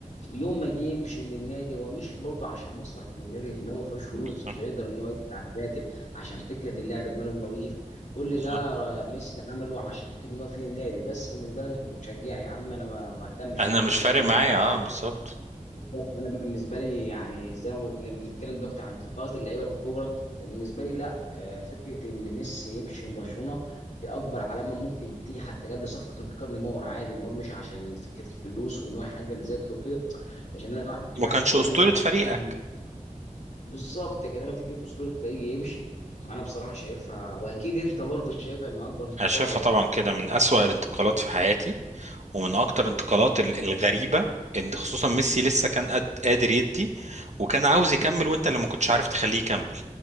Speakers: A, on the left; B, on the right.
A: يوم ما جه يمشي من النادي هو مشي برضه عشان مصلحه النادي لان هو ما فيهوش فلوس
B: بالظبط
A: ومش هيقدر ان هو يدفع الراتب عشان فكره اللعب المالي النظيف كل
B: بالظبط
A: ده ميسي عمله عشان فكره ان هو في النادي بس بالنسبه لي انا كمشجع يا عم انا ما ما اهتمش
B: انا
A: انا بالكلام
B: مش فارق
A: ده كله
B: معايا اه بالظبط
A: بالظبط انا بالنسبه لي يعني زي ما بقول- لما بنتكلم دلوقتي عن انتقالات اللعيبه الكبرى فبالنسبه لي لا آه، فكره ان ميسي يمشي من برشلونه دي اكبر علامه ممكن تيجي حتى قبل صفقه انتقال نيمار عادي نيمار مشي عشان فكره الفلوس وان هو يحقق ذاته وكده لكن انا واحد واحد
B: ما كانش
A: شاريني
B: أسطورة
A: واحد
B: فريقك
A: عاوزني بالظبط كده انا فكره اسطوره الفريق يمشي انا بصراحه شايفها واكيد انت برضو شايفها ان اكبر انتقال
B: أنا شايفها
A: يعني
B: طبعا كده من أسوأ الانتقالات في حياتي ومن أكتر الانتقالات ال- الغريبة إن خصوصا ميسي لسه كان قد قادر يدي وكان عاوز يكمل وأنت اللي ما كنتش عارف تخليه يكمل